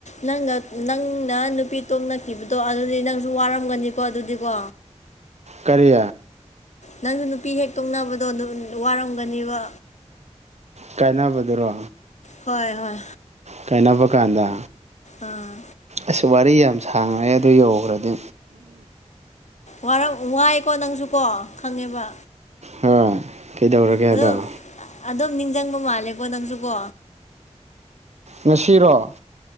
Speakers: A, on the left (about 70°); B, on the right (about 65°).
A: ꯅꯪꯒ ꯅꯪꯅ ꯅꯨꯄꯤ ꯇꯣꯝꯅꯈꯤꯕꯗꯣ ꯑꯗꯨꯗꯤ ꯅꯪꯁꯨ ꯋꯥꯔꯝꯒꯅꯤꯀꯣ ꯑꯗꯨꯗꯤꯀꯣ
B: ꯀꯔꯤ
A: ꯅꯪꯁꯨ ꯅꯨꯄꯤ ꯍꯦꯛ ꯇꯣꯛꯅꯕꯗꯣ ꯗꯨ ꯋꯥꯔꯝꯒꯅꯤꯕ
B: ꯀꯥꯏꯅꯕꯗꯨꯔꯣ
A: ꯍꯣꯏ ꯍꯣꯏ
B: ꯀꯥꯏꯅꯕ ꯀꯥꯟꯗ
A: ꯑꯥ
B: ꯑꯁ ꯋꯥꯔꯤ ꯌꯥꯝ ꯁꯥꯡꯉꯩ ꯑꯗꯨ ꯌꯧꯈ꯭ꯔꯗꯤ
A: ꯋꯥꯔꯑꯣ ꯋꯥꯏꯀꯣ ꯅꯪꯁꯨꯀꯣ ꯈꯪꯉꯦꯕ
B: ꯍꯣꯏ ꯀꯩꯗꯧꯔꯒꯦ
A: ꯍꯜꯂꯣ
B: ꯑꯗꯣ
A: ꯑꯗꯨꯝ ꯅꯤꯡꯖꯪꯕ ꯃꯥꯜꯂꯦꯀꯣ ꯅꯪꯁꯨꯀꯣ
B: ꯉꯁꯤꯔꯣ